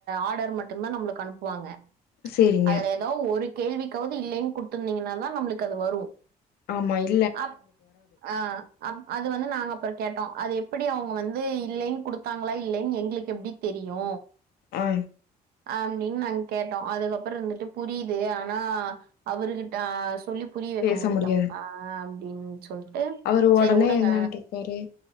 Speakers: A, on the right; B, on the left.
A: ஆடரு மட் டும் தா நம்ளுக்கு அனுப்புவாங்க
B: சேரிங்க
A: அதுல எதாவ் ஒரு கேள்விக்காவது இல்லைன் குடுத்துருந்திங்கன்னா தா நம்ளுக்கு அது வரும்
B: ஆமா இ
A: அப் ஆ அ அது வந்து நாங்க அப்பறோ கேட்டோ அது எப்டி அவுங்க வந்து இல்லைன் குடுத்தாங்களா இல்லைன் எங்ளுக்கு எப்டித் தெரியு
B: ஆ
A: அப்டின் நாங் கேட்டோ அதுக்கப்பற இருந்துட்டு புரியுது ஆனா அவருகிட்ட சொல்லி புரிய வெக்க
B: பேச
A: முடில
B: முடியாது
A: ஆ அப்டின் சொல்ட்டு
B: அவரு
A: செரி
B: ஒடனே
A: உடுங்க
B: என்னன்ருப்பாரு